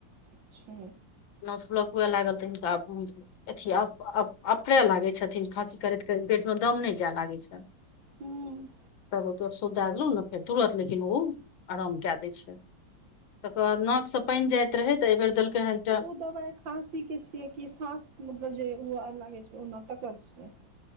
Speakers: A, on the right; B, on the left.
A: अच्छ
B: नस ब्लॉक हुए लागल तऽ हिनका आब अथी अप अप अफरै लागे छथिन खाँसी करैत करैत पेट मे दम नय जै लागै छनि।
A: हूँ
B: तब उ केप्सुल दै देलू ने फेर तुरत लेकिन ओ आराम कए दै छै। तकर बाद नाक से पानि जाइत रहै तऽ एहि बेर देलकै हन टा
A: दवाई खाँसी के छियै कि साँस मतलब जे हुए लागै छै ओना तकर छियै।